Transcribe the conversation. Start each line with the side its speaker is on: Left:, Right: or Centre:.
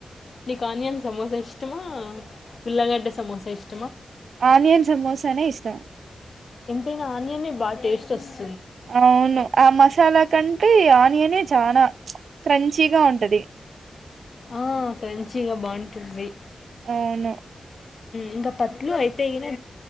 Left: నీకు ఆనియన్ సమోసా ఇష్టమా ఉల్లగడ్డ సమోసా ఇష్టం
Right: ఆనియన్ సమోసానే ఇష్టం
Left: ఎంతైనా ఆనియనే బాగా టేస్ట్ వస్తుంది
Right: అవును ఆ మసాలా కంటె ఆనియన్ ఏ చానా క్రంచిగా ఉంటది
Left: ఆ క్రంచిగా బాగుంటుంది
Right: అవును
Left: ఇంకా పత్లు అయితే గిన